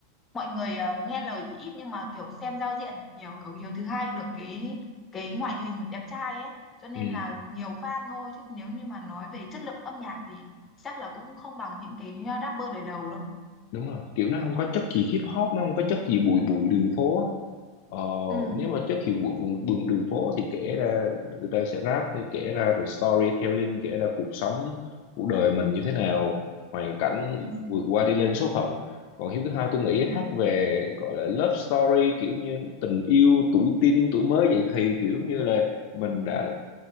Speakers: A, on the left; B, on the left.
A: mọi người ờ, nghe lời thì ít nhưng mà kiểu xem giao diện thì nhiều kiểu Hiếu thứ hai được cái cái ngoại hình đẹp trai ấy cho nên
B: ừ.
A: là nhiều fan thôi chứ nếu như mà nói về chất lượng âm nhạc thì chắc là cũng không bằng những cái ờ, rapper đời đầu đâu
B: đúng rồi kiểu nó không có chất gì hip hop nó không có chất gì bụi bụi đường phố á. ờ,
A: ừ
B: nếu mà chất gì bụi vùng đường, đường phố thì kể ra người ta sẽ rap kể ra về storytelling kể ra cuộc sống cuộc đời mình như thế nào hoàn cảnh
A: ừ
B: vượt qua đi lên số phận còn hiếu thứ hai tôi nghĩ
A: ừ
B: hát về gọi là love story kiểu như tình yêu tuổi teen tuổi mới dậy thì kiểu như là mình đã